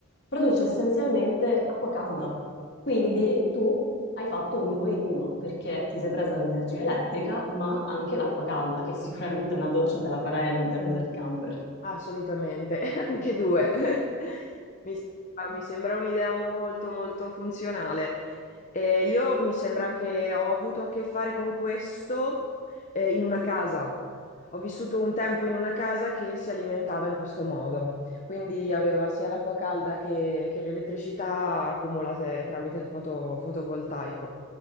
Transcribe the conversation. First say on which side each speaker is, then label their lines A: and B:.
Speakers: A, on the left; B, on the left.
A: produce essenzialmente acqua calda. Quindi tu hai fatto un due in uno perché ti sei presa l'energia elettrica, ma anche l'acqua calda, che <laughs> sicuramente una doccia te la farai all'interno del camper.
B: Assolutamente, <laughs> anche due. <laughs> Mi sembra, mi sembra un'idea molto molto funzionale. E io mi sembra che ho avuto a che fare con questo eh, in una casa. Ho vissuto un tempo in una casa che si alimentava in questo modo, quindi aveva sia l'acqua calda che, che l'elettricità accumulate tramite il foto- fotovoltaico.